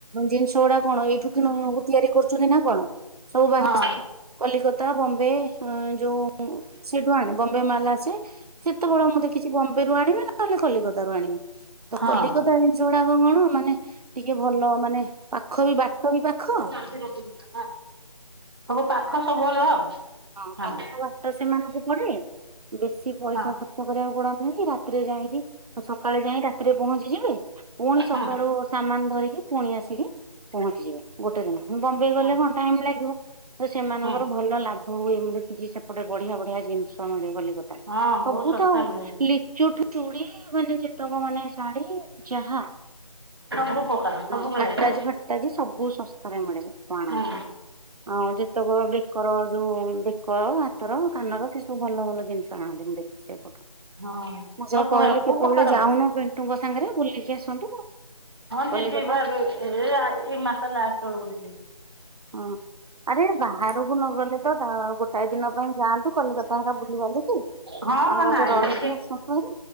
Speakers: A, on the right (about 80°); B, on the right (about 40°).
A: ଜିନିଷ ଗୁଡା କଣ ଏଇଠୁ କିଣୁ ତିଆରି କରୁଚନ୍ତି ନା କଣ ସବୁ ବାହାର
B: ହଁ
A: କଲିକତା ବମ୍ବେ ଉଁ ଯଉ ସେଠୁ ଆଣିବେ ବମ୍ବେ ମାଲ୍ ଆସେ ସେତେବେଳେ ମୁଁ ଦେଖିଚି ବମ୍ବେରୁୁ ଆଣିବେ ନହେଲେ କଲିକତା ରୁ ଆଣିବେ। ତ
B: ହଁ
A: କଲିକତା ଜିନିଷ ଗୁଡାକ କଣ କଲୁ ମାନେ ଟିକେ ଭଲ ମାନେ ପାଖ ବି ବାଟ ବି ପାଖ
B: <unintelligible> ସବୁ ପାଖ ସବୁ ଭଲ ଆଉ।
A: ହଁ
B: ଭଲ
A: ପାଖ ବାଟ ସେମାନଙ୍କୁ ପଡେ ବେଶୀ ପଇସା
B: ହଁ
A: ଖର୍ଚ୍ଚ କରିବାକୁ ପଡନ୍ତିନି ରାତ ତିରେ ଯାଇଁକି ସକାଳେ ଯାଇଁ ରାତିରେ ପହଞ୍ଚିଯିବେ ପୁଣି
B: ହୁଁ
A: ସକାଳୁ ସାମାନ ଧରିକି ପୁଣି ଆସିକି ପହଞ୍ଚିଯିବେ ଗୋଟେ ଦିନ ବମ୍ବେ ଗଲେ
B: ହୁଁ
A: କଣ ଟାଇମ ଲାଗିବ। ତ ସେମାନଙ୍କର
B: ହୁଁ
A: ଭଲ ଲାଭ ହୁଏ ମୁଁ ଦେଖିଚି ସେପଟେ ବଢିଆ ବଢିଆ ଜିନିଷ ମିଳେ କଲିକ ତାରେ
B: ହଁ ବହୁତ
A: ସବୁ
B: ଶସ୍ତା
A: ତ ଆଉ
B: ମିଳେ ଜିନିଷ
A: ଲି ଚୁଠୁ ଚୁଡ଼ି ମାନେ ଯେତେ ମାନେ ଶାଢୀ ଯାହା
B: ସବୁ ପ୍ରକାର ସବୁ
A: ହଁ
B: ଭେରାଇଟି
A: ଆଟାଜ ଫାଟାଜ ସବୁ ଶସ୍ତାରେ ମିଳେ ସେଟୁ ଆଣନ୍ତି।
B: ହଁ
A: ଆଉ ଯେତେକ ବେକର ଯୋଉ ବେକ ହାତର କାନର ସେ ସବୁ ଭଲ ଭଲ ଜିନିଷ ଆଣନ୍ତି ମୁଁ ଦେଖିଚି ସେପଟୁ।
B: ହଁ।
A: ମୁଁ ଯାହା
B: ସବୁ
A: କହିଲି
B: ସବୁ
A: କେତେବେଳେ
B: ପ୍ରକାର
A: ଯାଉନୁ
B: ଭେରାଇଟି
A: ପିଣ୍ଟୁ ଙ୍କ ସାଙ୍ଗରେ ବୁଲିକି ଆସନ୍ତୁ।
B: ହଁ
A: କଲିକତା
B: ଯିବି ବା ଏବେ ଏ ଆ ଏଇ ମାସ ଲାଷ୍ଟ ବେଳୁକୁ ଯିବି।
A: ହଁ ଆରେ ବାହାରକୁ ନ ଗଲେ ତ ବା ଗୋଟାଏ ଦିନ ପାଇଁ ଯାଆନ୍ତୁ କଲିକତା ତା ହେରିକା ବୁଲିବାଲିକି ତାଙ୍କ
B: ହଁ ହଁ
A: ପାଖରେ
B: ନାଇଁ ନାଇଁ
A: ରହିକି ଆସନ୍ତୁ ହାରି